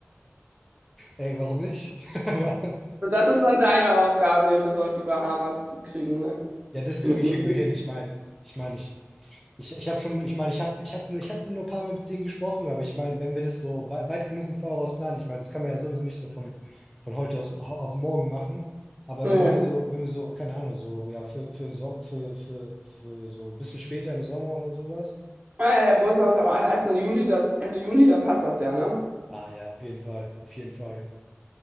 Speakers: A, in the centre; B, on the right.
A: Ey, warum nicht? <laughs> Aber,
B: So, Das ist dann deine Aufgabe, den bis auf die Bahamas zu kriegen, ne?
A: ja, das kriege
B: Mit
A: ich
B: möglich.
A: irgendwie hin. Ich meine, ich meine, ich, ich, ich habe schon, ich meine, ich habe, ich habe nur, ich habe nur ein paar Mal mit denen gesprochen, aber ich meine, wenn wir das so wei- weit genug im Voraus planen, ich meine, das kann man ja sowieso nicht so von, von heute aus, auf morgen machen. Aber
B: Nee.
A: wenn wir so, wenn wir so, keine Ahnung, so, ja, für, für, den Som- für, für, für so ein bisschen später im Sommer oder sowas.
B: Ah ja, der Bus ist auch erst im Juli, das Ende Juli, da passt das ja, ne?
A: Ah ja, auf jeden Fall, auf jeden Fall.